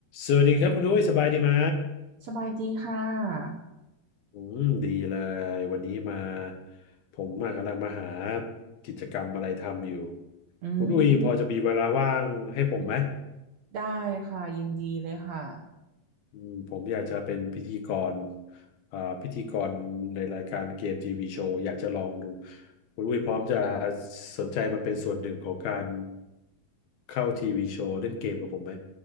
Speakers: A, on the left (about 75°); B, on the right (about 60°).
A: สวัสดีครับคุณนุ้ยสบายดีไหม
B: สบายดีค่ะ
A: อืมดีเลยวันนี้มาผมมากำลังมาหากิจกรรมอะไรทำอยู่
B: อื
A: คุณอุ้ยพอจะมีเวลาว่างให้ผมไหม
B: มได้ค่ะ ยินดีเลยค่ะ
A: อืมผมอยากจะเป็นพิธีกรอ่าพิธีกรในรายการเกมทีวีโชว์อยากจะลองดูคุณอุ้ยพร้อมจะสนใจมาเป็นส่วนหนึ่งของการเข้าทีวีโชว์เล่นเกมกับผมไหม